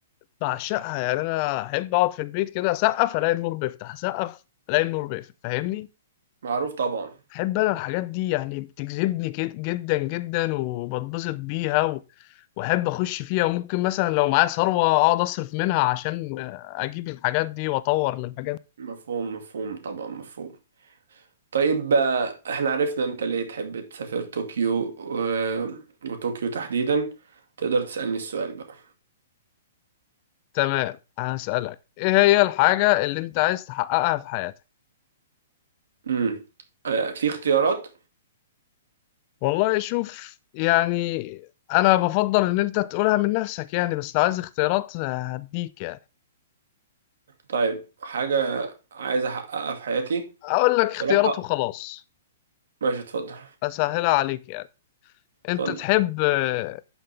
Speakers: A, on the left; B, on the right.
A: بعشقها يعني أنا أحب أقعد في البيت كده أسقف ألاقي النور بيفتح أسقف ألاقي النور بيقفل فاهمني؟
B: معروف طبعا
A: أحب أنا الحاجات دي يعني بتجذبني كد- جدا جدا وبتبسط بيها واحب اخش فيها وممكن مثلا لو معايا ثروه اقعد اصرف منها عشان اجيب الحاجات دي واطور من الحاجات دي.
B: مفهوم مفهوم طبعا مفهوم طيب آه، احنا عرفنا انت ليه تحب تسافر طوكيو و... وطوكيو تحديدا تقدر تسألني السؤال بقى
A: تمام هسألك ايه هي الحاجه اللي انت عايز تحققها في حياتك
B: امم آه، في اختيارات
A: والله شوف يعني انا بفضل ان انت تقولها من نفسك يعني بس لو عايز اختيارات هديك يعني
B: طيب حاجة عايز احققها في حياتي
A: اقول لك اختيارات
B: بصراحة
A: وخلاص
B: ماشي اتفضل
A: اسهلها عليك يعني انت
B: اتفضل
A: تحب آه،